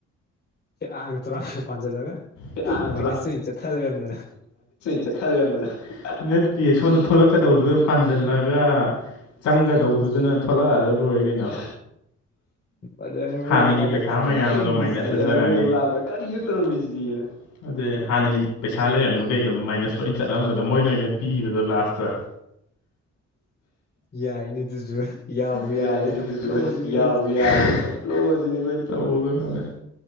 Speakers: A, on the left; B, on the left.
A: ꯁꯦꯔꯥꯥꯟꯒ ꯇꯨꯔꯥꯟꯒ ꯄꯥꯟꯁꯤꯜꯂꯒ
B: ꯇꯦꯔꯥꯡꯒ
A: ꯃꯥꯏꯅꯁ ꯑꯣꯏ ꯆꯠꯊ ꯂꯩꯔꯝꯗꯅ
B: ꯆꯠꯊ ꯂꯩꯔꯝꯗꯅ ꯅꯠꯇꯥꯌꯦ ꯁꯣꯝꯗ ꯊꯣꯂꯛꯀꯗꯧꯗꯨꯗ ꯄꯥꯟꯁꯤꯜꯂꯒ ꯆꯪꯒꯗꯧ ꯗꯨꯗꯨꯅ ꯊꯣꯂꯛꯍꯜꯂ ꯂꯣꯏꯔꯦ ꯀꯩꯅꯣ
A: ꯑꯗꯩ ꯃꯣꯏ
B: ꯍꯥꯟꯅꯒꯤ
A: ꯑꯃꯨꯛ ꯂꯥꯛꯄꯗ
B: ꯄꯩꯁꯥ
A: ꯀꯔꯤꯅꯣ
B: ꯃꯌꯥꯝꯗꯣ
A: ꯇꯧꯔꯝꯃꯤꯁꯤꯅ
B: ꯃꯥꯏꯅꯁ ꯆꯠꯆꯔꯅꯤ <inaudible> ꯀꯔꯤꯅꯣ ꯇꯧꯔꯝꯃꯤꯁꯤꯗꯤꯅ ꯑꯗꯩ ꯍꯥꯟꯅꯩ ꯄꯩꯁꯥ ꯂꯩꯔꯝꯕꯈꯩ ꯑꯗꯨꯝ ꯃꯥꯏꯅꯁ ꯂꯣꯏꯅ ꯆꯠꯂꯝꯕꯗꯣ ꯃꯣꯏꯅ ꯑꯣꯏꯅ ꯄꯤꯕꯗꯣ ꯂꯥꯁꯇ
A: ꯌꯥꯏꯅꯦ ꯑꯗꯨꯁꯨ ꯌꯥꯎꯕꯨ
B: ꯌꯥꯏꯅꯦ
A: ꯌꯥꯔꯗꯤ ꯇꯧꯁꯜꯂꯣꯁꯤꯅꯦ
B: ꯑꯗꯨꯁꯨ ꯌꯥꯕꯨ
A: ꯑꯩꯈꯣꯏꯗꯤ
B: ꯌꯥꯔꯗꯤ ꯇꯧꯁꯜꯂꯣꯁꯤꯅꯦ ꯑꯩꯈꯣꯏꯗꯤ ꯇꯧꯒꯗꯕꯅꯦ